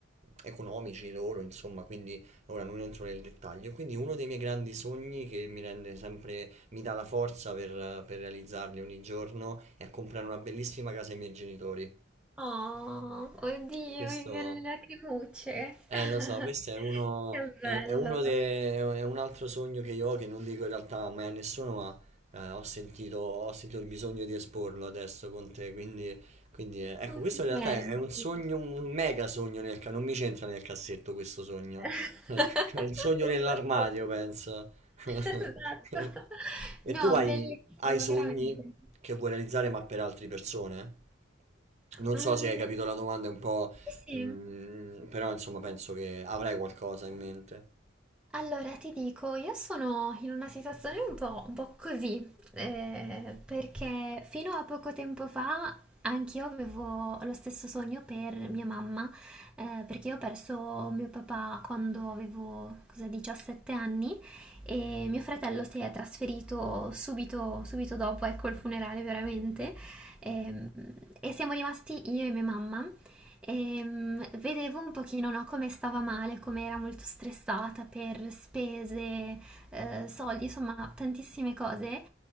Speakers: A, on the right; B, in the centre.
A: economici loro, insomma, quindi ora non entro nel dettaglio. Quindi uno dei miei grandi sogni che mi rende sempre, mi dà la forza per, per realizzarli ogni giorno è comprare una bellissima casa ai miei genitori.
B: Oh, oddio,
A: Questo...
B: mi viene le lacrimucce.
A: Eh,
B: <laughs>
A: lo so, questo è uno,
B: Che
A: è,
B: bello.
A: è uno de- è un altro sogno che io ho, che non dico in realtà mai a nessuno, ma eh, ho sentito, ho sentito il bisogno di esporlo adesso con te, quindi, quindi, eh, ecco,
B: Complimenti.
A: questo in realtà è, è un sogno, un mega sogno, nel ca- non mi c'entra nel cassetto questo sogno,
B: <laughs>
A: <laughs> è il sogno nell'armadio, penso. <laughs>
B: Esatto. No,
A: E tu hai,
B: bellissimo,
A: hai sogni
B: veramente.
A: che vuoi realizzare, ma per altre persone? Non
B: Mm,
A: so se hai capito la domanda, è un po'
B: sì, sì.
A: Mm, però insomma penso che avrei qualcosa in mente.
B: Allora, ti dico, io sono in una situazione un po', un po' così, eh, perché fino a poco tempo fa anch'io avevo lo stesso sogno per mia mamma, eh, perché io ho perso mio papà quando avevo, cosa, 17 anni e mio fratello si è trasferito subito, subito dopo, ecco, il funerale veramente, ehm, e siamo rimasti io e mia mamma. Ehm, vedevo un pochino, no, come stava male, come era molto stressata per spese, eh, soldi, insomma, tantissime cose.